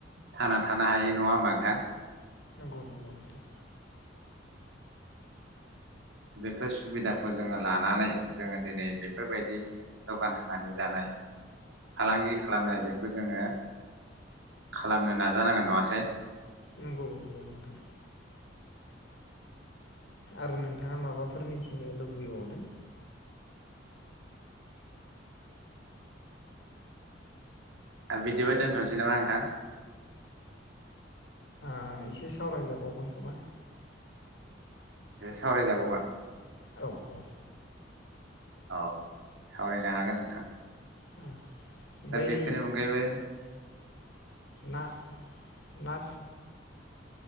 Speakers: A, on the right; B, on the left.
A: थांना थानो हायै नङा होमबा नोंथां
B: नंगौ नंगौ नोंथां!
A: बेफोर सुबिदाखौ जोङो लानानै जोङो दिनै बेफोरबायदि दखान होनानै जानाय फालांगि खालामनाय बेखौ जोङो खालामनो नाजानांगोन नङासै
B: नंगौ नंगौ नोंथां। आरो नोंथाङा माबाफोर मिथिनो लुबैबावदों।
A: आरो बिदिबा दोनथनोसै नामा नोंथां।
B: आ एसे सावरायजाबावगोन खोमा।
A: ए सावराय जाबावगोन।
B: औ औ
A: औ सावरायनो हागोन नोंथां।
B: उम।
A: दा
B: बै
A: बेफोरनि अनगायैबो
B: ना ना।